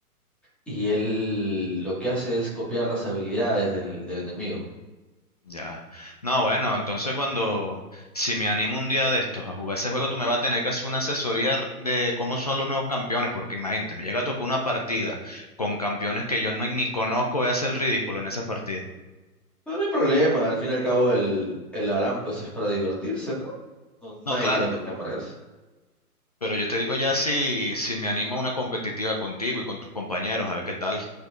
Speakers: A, in the centre; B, on the left.
A: y él lo que hace es copiar las habilidades del del enemigo.
B: Ya. No, bueno, entonces cuando, si me animo un día de estos a jugar ese juego, tú me vas a tener que hacer una asesoría r- de cómo son los nuevos campeones, porque imagínate, me llega a tocar una partida con campeones que yo no, ni conozco, voy a hacer el ridículo en esas partidas.
A: No, no hay problema, al fin y al cabo el, el Aram pues es para divertirse, ¿no? No,
B: No,
A: Nadie
B: claro,
A: tiene por qué amargarse.
B: pero yo te digo ya si, si me animo a una competitiva contigo y con tus compañeros, a ver qué tal.